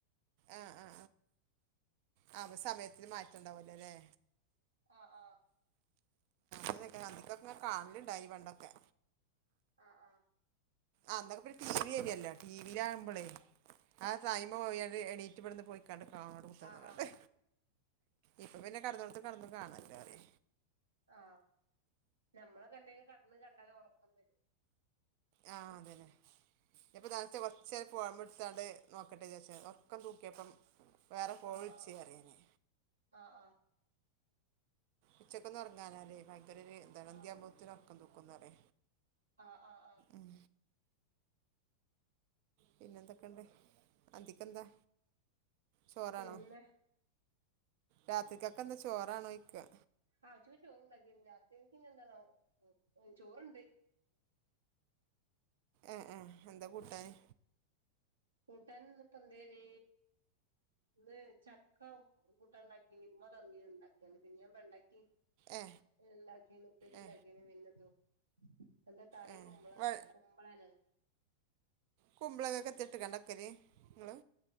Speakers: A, on the right; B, on the right.
A: ആ ആ ആ അപ്പ സമയത്തിന് മാറ്റണ്ടാവുവല്ലോ ല്ലേ?
B: ആ ആ
A: ഞാനാതൊക്കെ അന്തിക്കൊക്കെ കാണലുണ്ടായി പണ്ടൊക്കെ.
B: ആ ആ
A: ആന്നൊക്കെ ടി വി ഏനിയല്ലോ ടിവിയില ആകുമ്പോളേ ആ <unintelligible> എണീറ്റ് ഇടന്ന് പോയി ന്നിട്ട് <unintelligible> കുത്തിർന്നാട്ട്
B: ആഹ് ആഹ്
A: ഇപ്പൊ പിന്നെ കടന്നൊടുത്ത് കടന്നും കാണല്ലോ റിയ
B: ആ ഞമ്മളൊക്കെ എന്തെങ്കിലും കണ് കണ്ടാല ഉറക്കം വരും
A: ആ അതന്നെ ഇപ്പ തനച്ച കുറച്ച നേര ഫോമ്പടുത്താണ്ട് നോക്കട്ടെജച്ച ഉറക്കം തൂക്കിയപ്പം വേറെ പോഴിച്ച
B: ആഹ് ആഹ്
A: അറിയനി
B: ആഹ് ആഹ്
A: ഉച്ചക്കൊന്നു ഉറങ്ങാനല്ലേ <unintelligible> ഒരര് ഇതാണ്
B: ആഹ്
A: ത്യാബോത്തിനൊറക്കം തൂക്കുന്നറേ
B: ആഹ് ആഹ് ആഹ്
A: ഉം പിന്നെന്തൊക്കെണ്ട് അന്തിക്കെന്താ ചോറാണോ
B: പിന്നെ
A: രാത്രിക്കൊക്കെ എന്താ ചോറാണോയ്ക്ക
B: ആ ചുമ്മി ചോറോണ്ടാക്കിന് രാത്രില്ക്കിനി എന്താണാവോ ഉം ചോറുണ്ട്
A: ആ ആ എന്താ കൂട്ടാന്
B: കൂട്ടനിന്നിട്ട് എന്തെനി ന്ന് ചക്ക കൂട്ടൻണ്ടാക്കി ഉമ്മ തന്നി ഉണ്ടാക്കിയാണ് പിന്നെ പ ണ്ടാക്കി
A: ഏ
B: <unintelligible>
A: ഏ
B: എന്താ കറി
A: ഏ
B: ക്മ്പ്ള
A: വ
B: ക്മ്പ്ളണോ
A: കുമ്പ്ളങ്ങക്കെ തെട്ട കണ്ടക്കല് ങ്ങള്